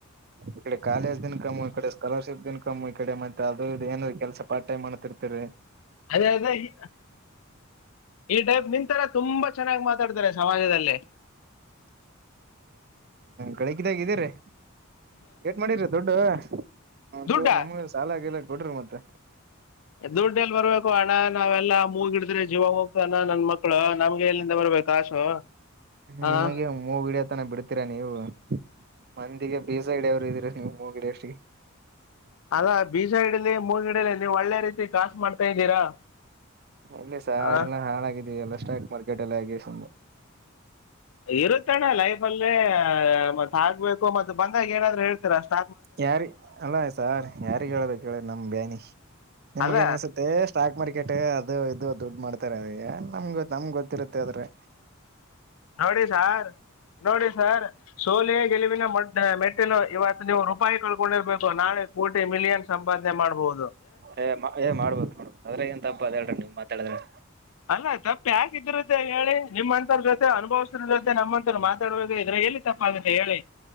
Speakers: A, on the right; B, on the left.
A: ಈಕಡೆ ಕಾಲೇಜ್ ದು ಇನ್ಕಮ್. ಈ ಕಡೆ ಸ್ಕಾಲರ್ಶಿಪ್ ದ ಇನ್ಕಮ್ ಈ ಕಡೆ ಮತ್ತೆ ಅದು ಇದು ಏನು ಕೆಲಸ ಪಾರ್ಟೈಮ್ ಮಾಡ್ತಿರ್ತಿರಿ.
B: ಅದೇ ಅದೇ ಈ ಈ ಟೈಪ್ ನಿ ಈ ತರ ತುಂಬಾ ಚೆನ್ನಾಗಿ ಮಾತಾಡ್ತಾರೆ ಸಮಾಜದಲ್ಲೇ.
A: ಬೆಳಕಿದಾಗಿದಿರಿ ಏಟ್ ಮಾಡಿರಿ ದುಡ್ಡು. ಒಂಚೂರು
B: ದುಡ್ಡ
A: ನಮಗೂ ಸಾಲ ಗೀಲಾ. ಕೊಡ್ರಿ ಮತ್ತೆ
B: ಹೇ ದುಡ್ಡೇಲ್ ಬರ್ಬೇಕು ಅಣ್ಣ ನಾವೆಲ್ಲಾ ಮೂಗ ಹಿಡಿದ್ರೆ ಜೀವ ಹೋಗ್ತಾವ ನನ್ ಮಕ್ಳು ನಮ್ಗೆಲ್ಲಿಂದ ಬರ್ಬೇಕು ಕಾಸು
A: ನಿಮಗೇನ್
B: ಆ
A: ಮೂಗು ಇಡಿಯೋ ತನ ಬಿಡ್ತೀರಾ ನೀವು. ಮಂದಿಗೆ ಬೀಜ ಹಿಡಿಯೋರು ಇದೀರ ನೀವು ಮೂಗ ಹಿಡಿಯೋ ಅಷ್ಟಿಗೆ.
B: ಅದ ಬೀಜ ಇಡಲಿ ಮೂಡಿಡಲಿ ನೀವ್ ಒಳ್ಳೆ ರೀತಿ ಕಾಸ್ ಮಾಡ್ತಾ ಇದ್ದೀರಾ?
A: ಎಲ್ಲಿ ಸಾರ್
B: ಆ
A: ಎಲ್ಲಾ ಹಾಳಾಗಿದೀವಿ ಎಲ್ಲ. <unintelligible> ಸುಮ್ನೆ
B: ಇರು ತೆನ ಲೈಫಲ್ಲಿ ಮತ್ ಆಗ್ಬೇಕು ಮತ್ ಬಂದಾಗೇ ನಾಧ್ರು ಹೇಳ್ತೀರ ಷ್ಟ
A: ಯಾರಿ ಅಲ್ಲ ಸಾರ್ ಯಾರಿಗ್ ಹೇಳ್ಬೇಕು ಹೇಳ್ ನಮ್ ಬ್ಯಾನಿ ನಿಮ್ಗೆ
B: ಅಲ್ಲ
A: ಅನ್ಸುತ್ತೆ ಸ್ಟಾಕ್ ಮಾರ್ಕೆಟ್. ಟ್ಟೆ ಅದು ಇದು ದುಡ್ ಮಾಡ್ತಾರೆ ಅಯ್ಯ ನಮ್ಗ್ ತ್ತಮ್ ಗೊತ್ತಿರುತ್ತೆ ಅದ್ರೆ.
B: ನೋಡಿ ಸಾರ್ ನೋಡಿ ಸರ್. ಸೋಲೆ ಗೆಲುವಿನ ಮಡ್ಯಾ ಮೇಟ್ಟಿಲು ಇವತ್ ನೀವು. ಪಾಯ್ ಕಳ್ಕೊಂಡಿರ್ಬೇಕು ನಾಳೆ. ಕೋಟಿ ಮಿಲಿಯನ್ ಸಂಪಾದ್ನೆ ಮಾಡ್ಬೋದು.
A: ಏ ಮ ಹೇ ಮಾಡ್ಬೇಕು ಕಣೋ ಅದರಾಗ ಏನ್ ತಪ್ಪ ಅದ ಹೇಳ್ರಿ ನೀವ್ ಮಾತಾಡಧೆನ್
B: ಅಲ್ಲ ತಪ್ಪ ಯಾಕೆ ಇದಿರುತ್ತೆ ಹೇಳಿ ನಿಮ್ಮ್ಂತರ್ ಜೊತೆ ಅನುಭವಿಸೋರ ಜೊತೆ ನಮ್ಮಂತೋರು ಮಾತಾ ಇದ್ರಲ್ಲಿ ಎಲ್ಲಿ ತಪ್ಪ ಆಗುತ್ತೆ ಹೇಳಿ